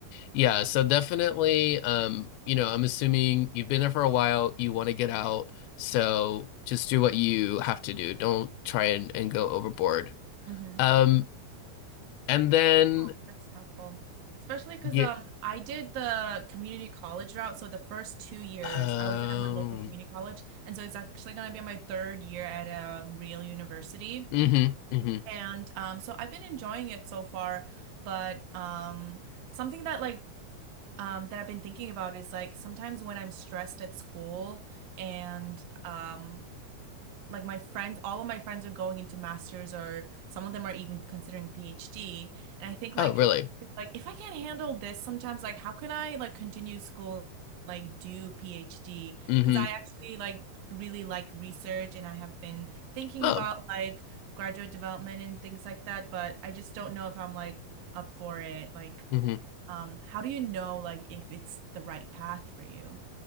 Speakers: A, on the left (about 85°); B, on the right (about 75°).
A: Yeah, so definitely, um, you know, I'm assuming you've been there for a while, you want to get out, so just do what you have to do. Don't try and, and go overboard.
B: hmm
A: Um, and then
B: Yeah, that's helpful. Especially because
A: yeah,
B: um I did the community college route. So the first two years
A: um,
B: I was at my local community college. And so it's actually gonna be my third year at a real university.
A: hmm hmm
B: And um so I've been enjoying it so far, but um something that like um that I've been thinking about is like sometimes when I'm stressed at school and um like my friends, all of my friends are going into masters or some of them are even considering PhD. And I think like
A: Oh, really?
B: like if I can't handle this sometimes like how can I like continue school like do PhD?
A: hmm
B: Because I actually like really like research and I have been thinking
A: Oh,
B: about like graduate development and things like that, but I just don't know if I'm like up for it. Like
A: hmm
B: um how do you know like if it's the right path for you?